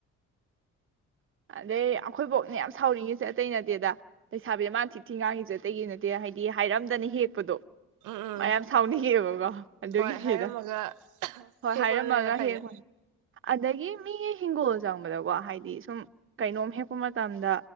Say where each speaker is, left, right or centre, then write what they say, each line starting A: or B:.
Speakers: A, on the right (about 45°); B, on the right (about 80°).
A: ꯑꯗꯩ ꯑꯩꯈꯣꯏꯕꯥꯛꯅ ꯌꯥꯝ ꯁꯥꯎꯅꯤꯡꯉꯤꯁꯦ ꯑꯇꯩ ꯅꯠꯇꯦꯗ ꯂꯩꯁꯥꯕꯤꯗ ꯃꯥ ꯊꯤ ꯊꯤ ꯉꯥꯡꯉꯤꯁꯦ ꯑꯇꯩꯒꯤ ꯅꯠꯇꯦ ꯍꯥꯏꯗꯤ ꯍꯥꯏꯔꯝꯗꯅ ꯍꯦꯛꯄꯗꯣ
B: ꯎꯝ ꯎꯝ
A: ꯃꯌꯥꯝ ꯁꯥꯎꯅꯤꯡꯉꯦꯕꯀꯣ ꯑꯗꯨꯒꯤꯅꯤꯗ
B: ꯍꯣꯏ ꯍꯥꯏꯔꯝꯃꯒ
A: ꯍꯣꯏ
B: ꯍꯦꯛꯄꯗꯨꯅ
A: ꯍꯥꯏꯔꯝꯃꯒ
B: ꯍꯦꯟꯅ ꯐꯩꯗ
A: ꯍꯦꯛꯄ ꯑꯗꯒꯤ ꯃꯤ ꯍꯤꯡꯒꯣꯜ ꯆꯪꯕꯗ ꯀꯣ ꯍꯥꯏꯗꯤ ꯁꯨꯝ ꯀꯩꯅꯣꯝ ꯍꯦꯛꯄ ꯃꯇꯝꯗ